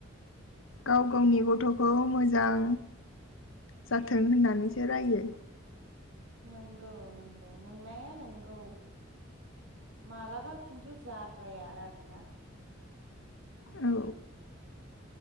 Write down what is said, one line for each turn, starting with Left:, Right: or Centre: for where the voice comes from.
Left: गाव गावनि गथ'खौ मोजां जाथों होननानैसो रायो।
Right: नंगौ नंगौ नोंनाया नंगौ मालाबा खिन्थु जाद्राया आरोना
Left: औ